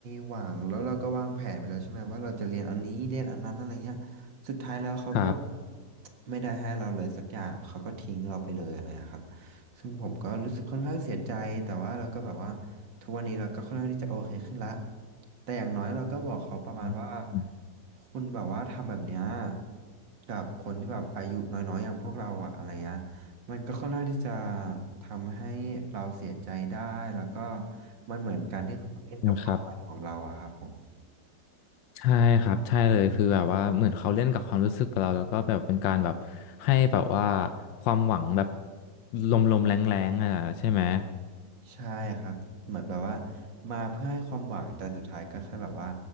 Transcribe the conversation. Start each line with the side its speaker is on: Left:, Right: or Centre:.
Right: หวังแล้วเราก็วางแผนไปแล้วใช่ไหมว่าเราจะเรียนอันนี้เรียนอันนั้นอะไรเงี้ยสุดท้ายแล้วเขาก็แบบ
Left: ครับ
Right: ไม่ได้ให้เราเลยสักอย่างเขาก็ทิ้งเราไปเลยอะไรนะครับซึ่งผมก็รู้สึกค่อนข้างเสียใจแต่ว่าเราก็แบบว่าทุกวันนี้เราก็ค่อนข้างที่จะโอเคขึ้นละแต่อย่างน้อยเราก็บอกเขาประมาณว่า
Left: อืม
Right: คุณแบบว่าทำแบบเนี้ยกับคนที่แบบอายุน้อยๆอย่างพวกเราอะอะไรเงี้ย มันก็ค่อนข้างที่จะทำให้เราเสียใจได้แล้วก็มันเหมือนการที่เราเล่นกับความฝันของเราอะครับผม
Left: ครับ ใช่ครับใช่เลยคือแบบว่าเหมือนเขาเล่นกับความรู้สึกเราแล้วก็แบบเป็นการแบบให้แบบว่าความหวังแบบลมๆแรงๆอ่ะใช่ไหม
Right: ใช่ครับเหมือนแบบว่ามาเพื่อให้ความหวังแต่สุดท้ายก็แค่แบบว่า